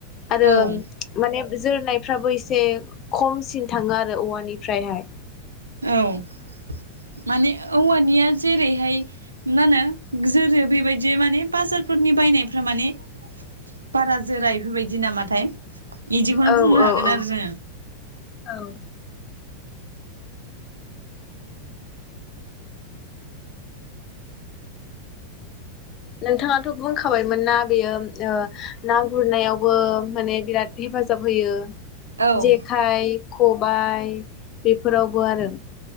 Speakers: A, on the left (about 35°); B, on the right (about 80°).
A: आरो
B: औ
A: माने जोरनायफ्राबो एसे खमसिन थाङो आरो औवानिफ्रायहाय
B: औ माने औवानिया जेरैहाय मा होनो जोरो बेबायदि माने बाजारफोरनि बायनायफ्रा माने बारा जोरा इफोरबायदि नामाथाय? इदिखौनो
A: औ
B: बुंनो
A: औ
B: हागोन
A: औ
B: आरो जोङो।
A: औ नोंथाङाथ' बुंखाबायमोन ना बेयो ओ ना गुरनायावबो माने बिराद हेफाजाब होयो।
B: औ
A: जेखाय खुब बाय बेफोरावबो आरो।